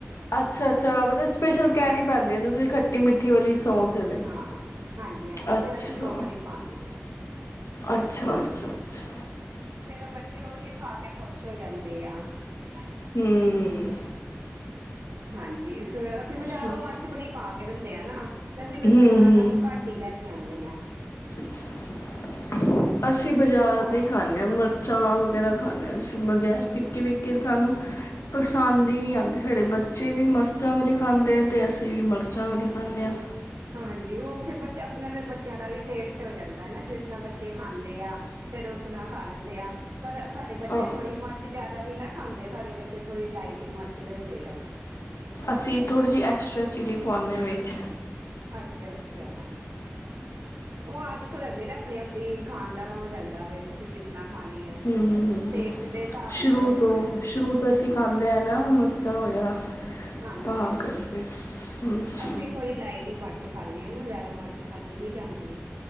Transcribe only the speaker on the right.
ਹਾਂਜੀ
ਹਾਂ ਹਾਂਜੀ ਹਾਂਜੀ
ਫੇਰ ਅਸੀਂ ਉਹ ਵਾਲੇ ਪਾਉਂਦੇ ਹਾਂ ਫੇਰ
ਤਾਂ
ਫੇਰ ਬੱਚੇ ਉਹੀ। ਖਾ ਕੇ ਖੁਸ਼ ਹੋ ਜਾਂਦੇ ਆ। ਹੈ
ਕਿਹੜੀ। <unintelligible> ਹਾਂਜੀ ਫੇਰ। ਬਜ਼ਾਰੋ
ਮਿਰਚ ਬੜੀ ਪਾ। ਦਿੰਦੇ ਆ ਨਾ। ਤੇ ਅਸੀਂ ਫਿਰ
ਬਾਜ਼ਾਰ ਦਾ ਮੂੰਹ ਘੱਟ ਹੀ ਲੈ ਕੇ ਆਉਂਦੇ ਹਾਂ। <unintelligible>
ਹਾਂਜੀ
ਹੋਰ
ਹਾਂਜੀ ਉਹ ਫਿਰ ਆਪਣੇ ਬੱਚਿਆਂ ਦਾ ਵੀ ਟੇਸਟ ਹੋ ਜਾਂਦਾ ਹੈ ਜਿਸ ਨਾਲ ਬੱਚੇ ਖਾਂਦੇ ਆ ਫੇਰ ਉਸ ਨਾਲ ਖਾ ਲੈਂਦੇ ਆ ਪਰ ਸਾਡੇ ਬੱਚੇ
ਥੋੜੀ ਮਿਰਚ ਜ਼ਿਆਦਾ ਨਹੀਂ ਨਾ ਖਾਂਦੇ ਸਾਡੇ ਬੱਚੇ ਥੋੜੀ ਲਾਈਟ ਹੀ ਮਿਰਚ ਲੈਂਦੇ ਆ
ਅੱਛਾ ਅੱਛਾ ਉਹ ਆਦਤ ਹੋ ਜਾਂਦੀ ਨਾ ਆਪਣੀ ਆਪਣੀ ਖਾਨ ਦਾ ਹੋ ਜਾਂਦਾ ਵੇ ਤੁਸੀਂ ਕਿਸ ਨਾਲ ਖਾਣੀ ਹੈ
ਟੇਸਟ ਦੇ ਹਿਸਾਬ
ਨਾਲ ਹੋ ਜਾਂਦਾ
ਹੈ ਨਾ
ਹਮ
ਹਾਂਜੀ
ਹਾਂਜੀ,
ਅਸੀਂ ਥੋੜੀ ਲਾਈਟ ਹੀ ਮਰ ਚ ਖਾਂਣੇ ਆਂ ਨਾਂ ਜ਼ਿਆਦਾ ਮਰਚ ਖਾਧੀ ਨੀਂ ਜਾਂਦੀ।